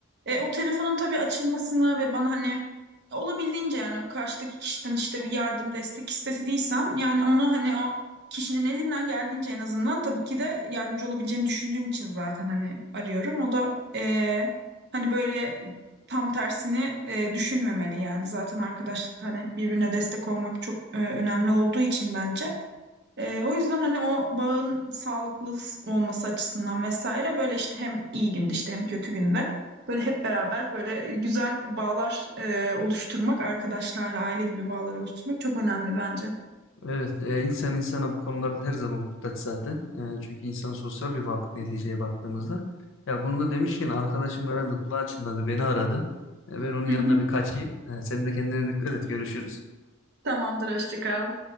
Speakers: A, on the right (about 55°); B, on the left (about 65°).
A: E, o telefonun tabii açılmasını ve bana hani olabildiğince yani o karşıdaki kişiden işte bir yardım destek istediysem yani onu hani o kişinin elinden geldiğince en azından tabii ki de yardımcı olabileceğini düşündüğüm için zaten hani arıyorum. O da eee, hani böyle tam tersini eee, düşünmemeli yani zaten arkadaşlıkta hani birbirine destek olmak çok eee, önemli olduğu için bence. Eee, o yüzden hani o bağın sağlıklı olması açısından vesaire böyle işte hem iyi günde işte hem kötü günde böyle hep beraber böyle güzel bağlar eee, oluşturmak arkadaşlarla aile gibi bağları oluşturmak çok önemli bence.
B: Evet, e, insan insana bu konularda her zaman muhtaç zaten. E, çünkü insan sosyal bir varlık neticeye baktığımızda. Ya bunu da demişken arkadaşım herhalde kulağı çınladı beni aradı. E, ben onun yanına
A: Hı hı.
B: bir kaçayım. E, sen de kendine dikkat et görüşürüz.
A: Tamamdır, hoşça kal.